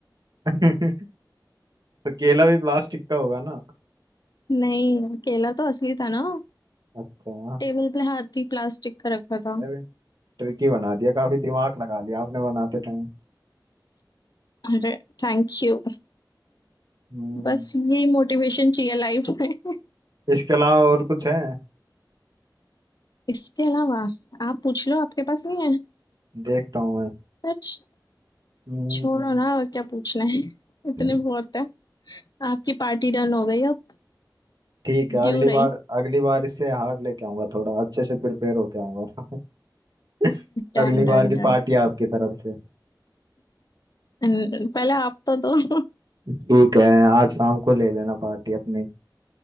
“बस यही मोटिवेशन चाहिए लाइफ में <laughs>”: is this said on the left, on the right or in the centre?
Left